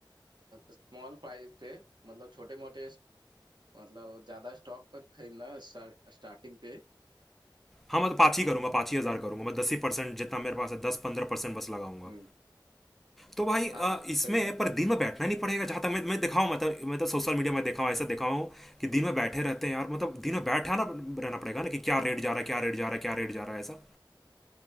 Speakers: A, on the right; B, in the centre.
A: स्मॉल प्राइस पे मतलब छोटे मोटे मतलब ज्यादा स्टॉक पर खरीदना स्टार्टिंग पे
B: हाँ मैं तो पाँच ही करूंगा पाँच ही हज़ार
A: ठीक है?
B: करूंगा मैं दस ही परसेंट जितना मेरे पास है दस पंद्रह परसेंट बस लगाऊंगा
A: हम्म
B: तो भाई अ,
A: हाँ
B: इसमें
A: सही कहा
B: पर दिन में बैठना नहीं पड़ेगा जहां तक मैं मैं देखा हूं मतलब मतलब सोशल मीडिया में देखा हूं ऐसा देखा हूं कि दिन में बैठे रहते हैं यार मतलब दिन में बैठा ना रहना पड़ेगा ना कि क्या रेट जा रहा है क्या रेट जा रहा है क्या रेट जा रहा है ऐसा